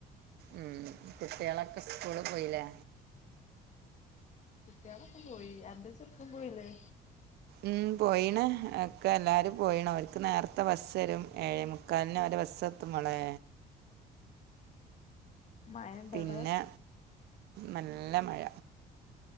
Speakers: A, on the right (about 75°); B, on the left (about 45°).
A: ഉം കുട്ടികളൊക്കെ സ്കൂള് പോയില്ലേ
B: കുട്ടി കളൊക്കെ പോയി എന്റെ ചെറക്കും പോയില്ലേ
A: ഉം പോയിണ് ഒക്കെ എല്ലാരും പോയിണ അവർക്ക് നേരത്തെ ബസ് വരും ഏഴേ മുക്കാലിന് അവരെ ബസ് എത്തുമ മോളെ
B: മയണ്ടവിടെ
A: പിന്നെ നല്ല മഴ